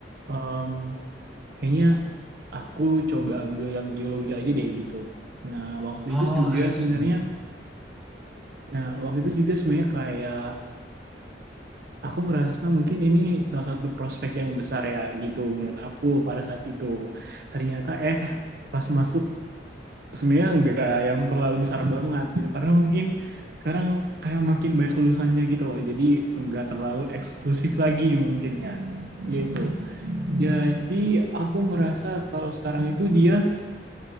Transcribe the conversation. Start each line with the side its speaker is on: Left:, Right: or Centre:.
Right: em, kayaknya aku coba ambil yang geologi aja deh gitu. Nah waktu
Centre: Oh,
Right: itu juga
Centre: I see.
Right: sebenarnya, nah waktu itu juga sebenarnya kayak Aku ngerasa mungkin ini salah satu prospek yang besar ya gitu menurut aku pada saat itu. Ternyata eh pas masuk sebenarnya nggak yang terlalu besar banget gitu karena mungkin sekarang kayak makin banyak lulusannya gitu loh. Jadi nggak terlalu eksklusif lagi mungkin ya gitu. Jadi aku ngerasa kalau sekarang itu dia